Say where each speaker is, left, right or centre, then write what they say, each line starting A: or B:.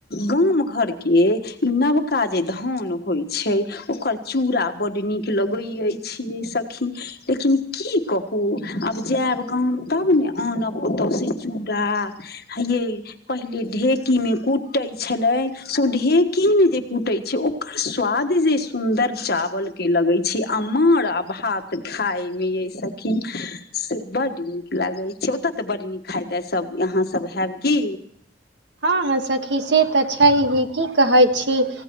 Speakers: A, on the left (about 55°); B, on the right (about 70°).
A: गाम घर के ई नवका जे धान। होइ छै ओकर चूड़ा बड नीक लगे अएछ यै सखी। लेकिन की कहू आब जेब गाम तब ने आनब ओत सऽ चूड़ा। हैयै पहिले ढेकी मे कुटे छलै से ढेकी मे जे कूटैए छै ओ। आर स्वाद जे सुन्दर चावल के लगैए छै आ मार आ भात खाय मे यै स- से बड नीक लागे छै ओत तऽ बड नीक खाय-ताय सब। यहाँ सब हेब की।
B: हँ हँ सखी से तऽ छइहे की कहै छी।